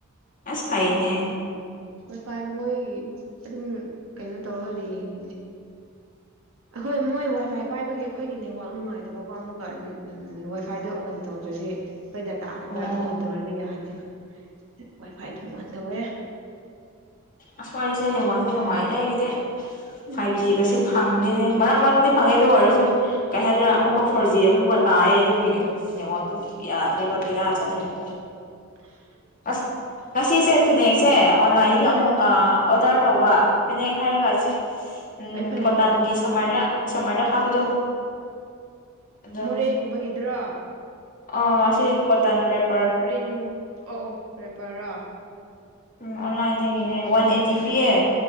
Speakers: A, on the left; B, on the right.
A: ꯑꯁ ꯐꯩꯅꯦ
B: ꯋꯥꯏ ꯐꯥꯏ ꯃꯣꯏꯒꯤ ꯑꯗꯨꯝ ꯀꯩꯅꯣ ꯇꯧꯔꯒꯗꯤ ꯌꯦꯡꯉꯤꯅꯦ ꯑꯩꯈꯣꯏ ꯃꯣꯏ ꯋꯥꯏꯐꯥꯏ ꯄꯥꯏꯕꯒꯤ ꯑꯩꯈꯣꯏꯒꯤ ꯅꯦꯠꯋꯥꯛ ꯅꯨꯡꯉꯥꯏꯗꯕꯀꯣ ꯑꯃꯨꯛꯀꯥ ꯋꯥꯏꯐꯥꯏꯗꯣ ꯑꯣꯟ ꯇꯧꯗ꯭ꯔꯥꯗꯤ ꯑꯩꯈꯣꯏ ꯗꯥꯇꯥ ꯈꯛꯇ
A: ꯑꯣ
B: ꯑꯣꯟ ꯇꯧꯔꯗꯤ ꯌꯥꯗꯦꯕ ꯋꯥꯏ ꯐꯥꯏ ꯑꯗꯨꯝ ꯑꯣꯟ ꯇꯧꯋꯦ
A: ꯑꯁꯁꯥꯢꯁꯦ ꯅꯦꯠꯋꯛ ꯅꯨꯡꯉꯥꯏꯇꯦ ꯑꯩꯒꯤꯗꯤ
B: ꯎꯝ
A: ꯐꯥꯏꯚ ꯖꯤꯒꯁꯦ ꯐꯪꯗꯦ ꯐꯪꯗꯤꯅꯦ ꯃꯔꯛ ꯃꯔꯛꯇꯤ ꯐꯪꯉꯦ ꯑꯗꯨ ꯑꯣꯏꯔꯁꯨ ꯀꯩ ꯍꯥꯏꯗꯣꯏꯅꯣ ꯑꯃꯨꯛꯀ ꯐꯣꯔ ꯖꯤ ꯑꯃꯨꯛꯀ ꯇꯥꯏꯑꯦ ꯑꯗꯨꯒꯤ ꯅꯦꯠꯋꯛ ꯇꯨ ꯌꯥꯗ꯭ꯔꯦꯕ ꯄꯦꯔꯥ ꯆꯠꯂꯩꯕ
B: ꯎ <unintelligible>
A: ꯑꯁ ꯉꯁꯤꯁꯦ ꯐꯤꯅꯦꯛꯁꯦ ꯑꯣꯟꯂꯥꯏꯟꯗꯒꯤ ꯑꯃꯨꯛ
B: ꯎꯝ
A: ꯑꯣꯗꯔ ꯇꯧꯕ ꯐꯅꯦꯛ ꯍꯥꯏꯔꯒ ꯑꯁꯤ ꯎꯝ
B: ꯀꯩ ꯐꯅꯦꯛꯅꯣ
A: ꯀꯣꯇꯟꯒꯤ ꯁꯝꯃꯔꯗ ꯁꯝꯃꯔꯗ ꯍꯥꯞꯄꯗꯣ ꯑꯗꯣ
B: ꯃꯣꯔꯦꯒꯨꯝꯕꯒꯤꯗ꯭ꯔꯣ
A: ꯑꯣ ꯑꯁꯤꯁꯦ ꯀꯣꯇꯟ ꯔꯦꯞ
B: ꯎꯝ ꯑꯣ ꯑꯣ ꯔꯦꯞꯄꯔꯔꯣ
A: ꯎꯝ ꯑꯣꯟꯂꯥꯏꯟꯗꯒꯤꯅꯦ ꯋꯥꯟ ꯑꯠꯇꯤ ꯄꯤꯌꯦ
B: ꯎꯝ